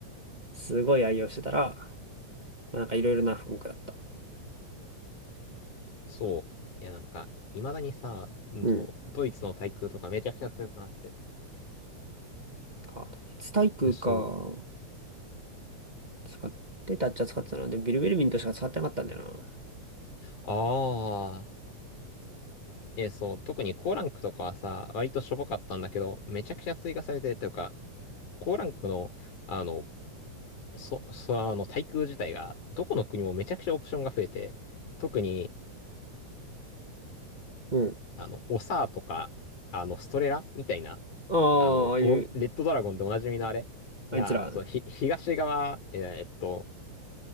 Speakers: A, on the right; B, on the left.
A: すごい愛用してたら、まあ、なんかいろいろな科目だった。
B: そう。いや、なんか、未だにさ、うんとドイツの対空とかめちゃくちゃ強くなって。
A: うん。あ、ドイツ体か。
B: え、そう。
A: 使ってたっちゃ使ってたな。でビルベルミントしか使ってなかったんだよな。
B: ああ、え、そう。特に高ランクとかはさ、割としょぼかったんだけど、めちゃくちゃ追加されてというか、高ランクの、あの、そ、そ、あの、対空自体が、どこの国もめちゃくちゃオプションが増えて、特に、
A: うん。
B: あの、オサーとか、あの、ストレラみたいな、
A: ああ、
B: あの、
A: ああいう、
B: ウォンレッドドラゴンでおなじみのあれが、
A: あいつら。
B: そう、ひ、東側、えーえっと、